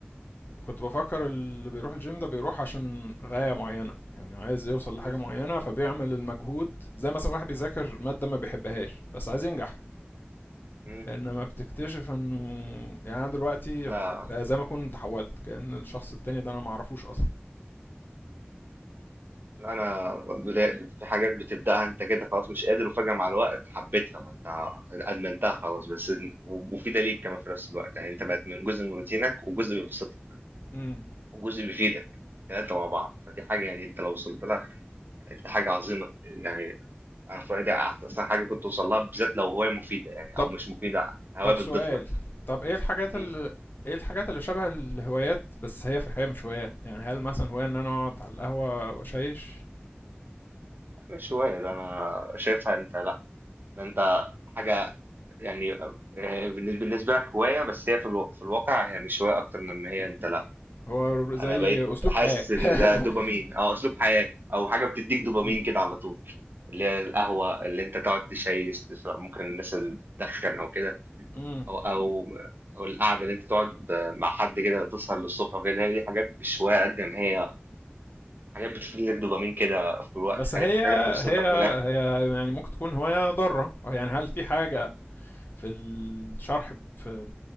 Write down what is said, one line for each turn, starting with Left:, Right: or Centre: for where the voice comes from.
Left: كنت بفكر اللي بيروح الجيم ده بيروح عشان غايه معينه يعني عايز يوصل
Right: مم.
Left: لحاجه معينه فبيعمل المجهود زي مثلا واحد بيذاكر ماده ما بيحبهاش بس عايز ينجح
Right: مم.
Left: انما بتكتشف انه يعني انا دلوقتي
Right: لا
Left: بقى زي ما اكون تحولت كأن الشخص التاني ده انا ما اعرفوش اصلا
Right: لا انا بدا- في حاجات بتبداها انت كده خلاص مش قادر وفجاه مع الوقت حبيتها ما انت ادمنتها خلاص بس إن- ومفيده ليك كمان في نفس الوقت يعني انت بقت من جزء من روتينك وجزء بيبسطك
Left: امم
Right: وجزء بيفيدك ثلاثه مع بعض فدي حاجه يعني انت لو وصلت لها دي حاجه عظيمه يعني انا في رايي احسن حاجه كنت توصل لها بالذات لو هوايه مفيده يعني
Left: طب
Right: او مش مفيده هوايه
Left: طب
Right: بتضيف
Left: سؤال
Right: لك
Left: طب ايه الحاجات
Right: مم.
Left: اللي ايه الحاجات اللي شبه الهوايات بس هي في الحقيقة مش هواية يعني هل مثلا هواية ان انا اقعد على القهوة واشيش
Right: مش هوايه ده انا شايفها انت لا ده انت حاجه يعني آه، بالنسبة لك هواية بس هي في الو... في الواقع هي مش هواية أكتر من ما هي أنت لأ
Left: هو زي
Right: أنا بقيت
Left: اسلوب
Right: حاسس
Left: حياة
Right: إن
Left: <laughs>
Right: ده دوبامين أو أسلوب حياة أو حاجة بتديك دوبامين
Left: مم.
Right: كده على طول اللي هي القهوة اللي أنت تقعد تشيس تشرب ممكن الناس اللي بتدخن أو كده
Left: مم.
Right: أو أو أو القعدة اللي أنت تقعد مع حد كده تسهر للصبح وكده هي دي حاجات مش هواية قد ما هي حاجات بتديك دوبامين كده في الوقت
Left: بس
Right: خليك
Left: هي
Right: حاجات تبسطك
Left: هي
Right: من الآخر
Left: هي يعني ممكن تكون هواية ضارة يعني هل في حاجة في الشرح في